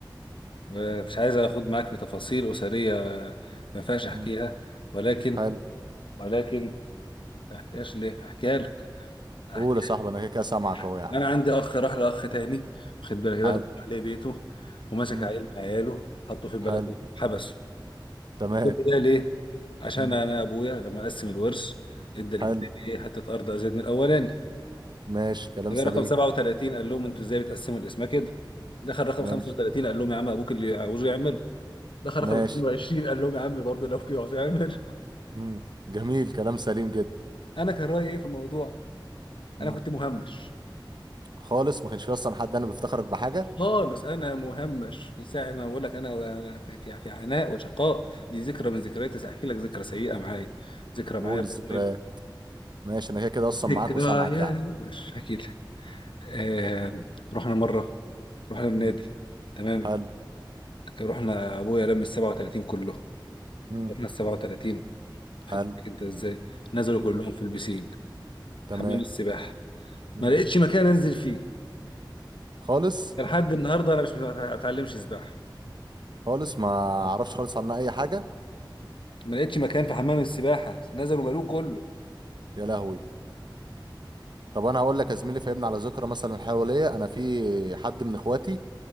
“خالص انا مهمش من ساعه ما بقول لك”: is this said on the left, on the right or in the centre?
Left